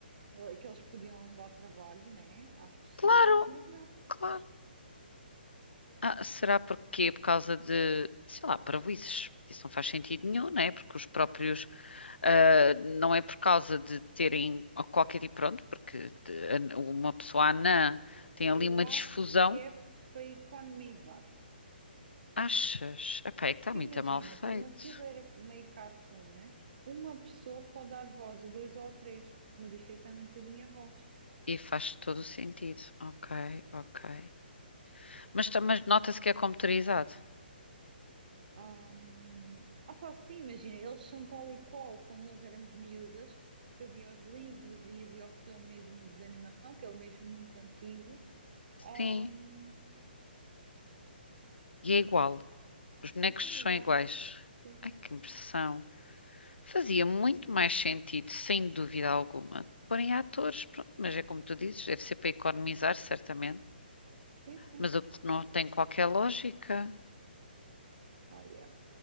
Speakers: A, on the right; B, on the left.
A: eh, que eles podiam dar trabalho, né, às pessoas,
B: Claro,
A: mas não,
B: claro. Ah, será porque por causa de, sei lá, parvoíces. Isso não faz sentido nenhum, não é? Porque os próprios, ah, não é por causa de terem qualquer tipo, pronto, porque de- uma pessoa anã tem ali
A: eu
B: uma
A: acho
B: difusão.
A: que é para economizar.
B: Achas? Epá, é que está
A: Porque
B: muito
A: imagina,
B: mal feito.
A: como aquilo era meio cartoon, né? Uma pessoa pode dar voz a dois ou a três, modificando um bocadinho a voz.
B: E faz todo o sentido. Ok, ok. Mas, ta- mas nota-se que é computarizado.
A: Ah, hum, ah pá, sim, imagina, eles são tal e qual quando nós éramos miúdas, que havia os livros e havia o filme mesmo de animação, que é ele mesmo muito antigo. Ah,
B: Sim,
A: hum,
B: e é igual. Os bonecos
A: sim, sim, é igual.
B: são iguais.
A: Sim, sim.
B: Ai, que impressão. Fazia muito mais sentido, sem dúvida alguma, porem atores, pronto, mas é como tu dizes, deve ser para economizar, certamente,
A: Sim, sim.
B: mas o que não
A: Pá,
B: tem qualquer lógica.
A: pá, yeah.